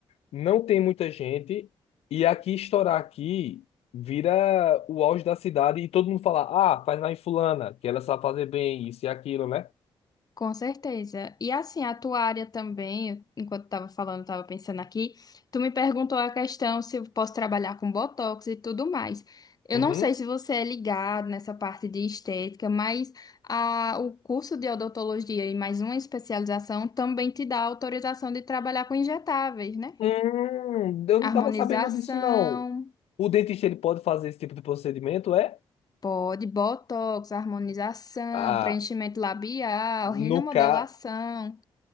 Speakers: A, on the left; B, on the left.
A: não tem muita gente e aqui estourar aqui vira o auge da cidade e todo mundo fala, ah, faz lá em fulana, que ela sabe fazer bem isso e aquilo, né?
B: com certeza. E assim, a tua área também, enquanto estava falando, estava pensando aqui, tu me perguntou a questão se eu posso trabalhar com botox e tudo mais. Eu
A: Uhum.
B: não sei se você é ligado nessa parte de estética, mas a, o curso de odontologia e mais uma especialização também te dá autorização de trabalhar com injetáveis, né?
A: Hum, eu não
B: Harmonização.
A: tava sabendo disso, não. O dentista, ele pode fazer esse tipo de procedimento, é?
B: Pode botox, harmonização,
A: Ah,
B: preenchimento labial,
A: no
B: rinomodelação.
A: caso...